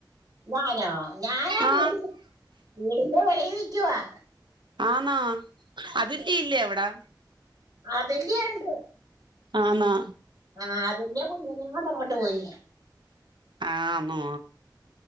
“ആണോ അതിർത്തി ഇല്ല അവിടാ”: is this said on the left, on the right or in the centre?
Right